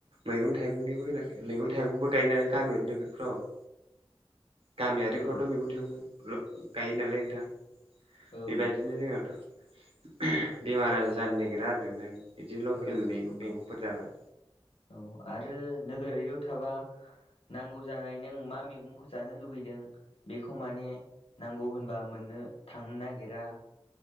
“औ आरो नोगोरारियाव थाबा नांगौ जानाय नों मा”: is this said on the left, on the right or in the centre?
Left